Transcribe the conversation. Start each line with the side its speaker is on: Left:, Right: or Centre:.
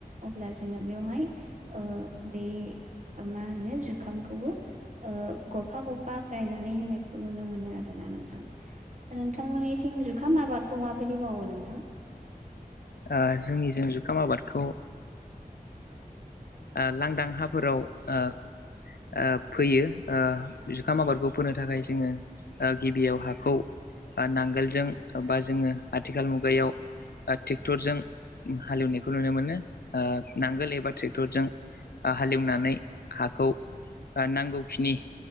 Right: अब्ला जों बेवहाय ओ ओ बे माहोनो जुखामखौबो ओ गरफा गरफा गाय गायनानै होनायखौ नुनो मोनो आरो ना नोंथां नोंथांमोनिथिं जुखाम आबादखौ मा माबायदि मावो नोंथां?
Left: ओ जोंनि जों जुखाम आबादखौ ओ ओ लांदां हाफोराव ओ ओ फैयो। ओ
Right: औ
Left: जुखाम आबादखौ फोनो थाखाय जोङो ओ गिबियाव हाखौ नांगोलजों बा जोङो आथिखाल मुगायाव ट्रेक्टरजों हालेवनायखौ
Right: औ
Left: नुनो मोनो। ओ नांगोल एबा ट्रेक्टरजों हालेवनानै हाखौ। ओ नांगौखिनि